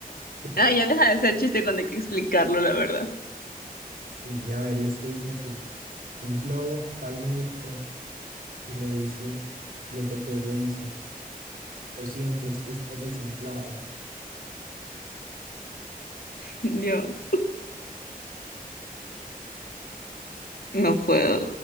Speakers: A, on the right (about 70°); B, on the left (about 75°).
A: <laughs>
B: Ah, ya deja de ser chiste cuando hay que explicarlo, la verdad.
A: Sí, a ver, y este dice así, un globo que va al médico y le dice, y el doctor le dice, lo siento, es que estás desinflado.
B: Dios, no puedo.